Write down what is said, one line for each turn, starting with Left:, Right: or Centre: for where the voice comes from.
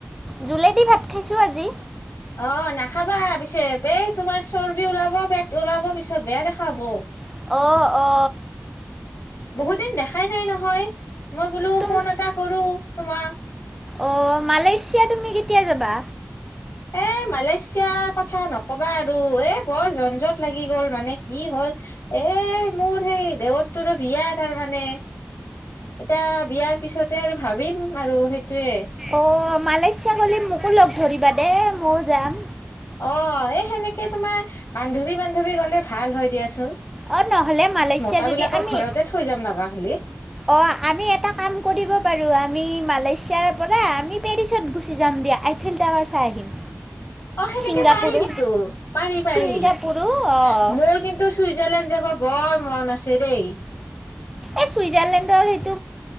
Centre: জোলেদি ভাত খাইছোঁ আজি।
Left: অ নাখাবা পিছে। এ তোমাৰ চৰ্বি ওলাব, পেট ওলাব। পিছত বেয়া দেখা হ'ব।
Centre: অ, অ।
Left: বহুত দিন দেখাই নাই নহয়। মই বোলো
Centre: তুম
Left: ফোন এটা কৰো তোমাক।
Centre: অ মালেইছিয়া তুমি কেতিয়া যাবা?
Left: এ মালেছিয়াৰ কথা নক'বা আৰু এ বৰ ঝনঝট লাগি গ'ল। মানে কি হ'ল এ মোৰ সেই দেৱৰটোৰো বিয়া তাৰমানে। এতা বিয়াৰ পিছতে আৰু ভাবিম আৰু সেইটোৱে।
Centre: অ মালেছিয়া গলে মোকো লগ ধৰিবা দেই, মইয়ো যাম।
Left: অ এ সেনেকে তোমাৰ বান্ধৱী বান্ধৱী গলে ভাল হয় দিয়াচোন।
Centre: অ নহ'লে মালেছিয়া
Left: মতা
Centre: যদি
Left: বিলাকক
Centre: আমি
Left: ঘৰতে থৈ যাম লাগা হ'লি।
Centre: অ আমি এটা কাম কৰিব পাৰো। আমি মালেছিয়াৰ পৰা আমি পেৰিছত গুচি যাম দিয়া। আইফিল টাৱাৰ চাই আহিম।
Left: অ সেনেকে
Centre: ছিংগাপুৰো
Left: পাৰি কিন্তু। পাৰি পাৰি।
Centre: ছিংগাপুৰো
Left: ম
Centre: অ'
Left: মোৰ কিন্তু চুইজাৰলেণ্ড যাব বৰ মন আছে দেই।
Centre: এ চুইজাৰলেণ্ডৰ সে